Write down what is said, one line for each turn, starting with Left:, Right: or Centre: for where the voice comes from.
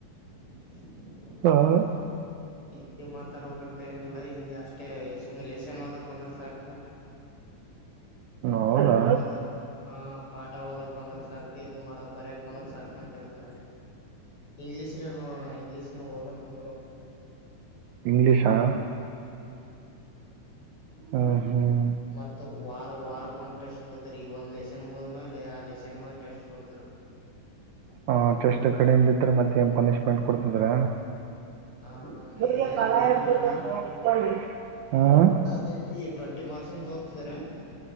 Left: <unintelligible>
Right: ಹ್ಮ್,
Left: ಹಿಂದಿ ಮಾತಾಡ ಹಂತ ಏನಿಲ್ಲ ಹಿಂದಿ ಅಷ್ಟೇ ಸುಮ್ನೆ ಲೆಸನ್ ಓದಕ್ ಬಂದ್ರ ಸಾಕು <inaudible>
Right: ಹೌದಾ
Left: ಪಾಠ ಹದ ಹ ಪಾಠ ಹಓದಕ್ ಬಂದ್ರೆ ಸಾಕು ಇದು ಮಾಡಕ್ ಬರ್ಯಕ್ ಒಂದರ ಸೇಳ್ತರ ಆ ಇಂಗ್ಲೀಷಿನ ನೋಡ ಇಂಗ್ಲೀಷಿನ ಹಓಾ ಬರ
Right: ಇಂಗ್ಲಿೀಷ್ ಆ ಹ್ಮ್ ಹ್ಮ್
Left: ಮತ್ತ ವಾರ ವಾರಕೊಂಡ್ ಟೆಸ್ಟ್ ತೋದ್ರ ಈಗ ಒಂದ್ ಲೆಸನ್ ಮುಗಿದ ಮ್ಯಲಿ ಆ ಲೆಸನ್ ಮಾಗ ಟೆಸ್ಟ್ ತೋದರು <inaudible>
Right: ಹಟೆಸ್ಟ್ ಕಡಿಮೆ ಬಿಿದ್ರೆ ಮತ್ತೆ ನ್ ಪನಿಶ್ಮೆಂಟ್ ಕೊಡ್ತದ್ರ
Left: ಹ
Right: ಬ
Left: ಏನ್
Right: ಕಲಾಯಂತ
Left: ಹಂಗೇನಿಲ್ಲಣ್ಣ
Right: ಹೋಗತ ಹ್ಮ್
Left: ಅದೇ ಈ ಟ್ವೆಂಟಿ ಮಾರ್ಕ್ಸ್ ಅಂತ ತೋರ್ತಿದ್ರ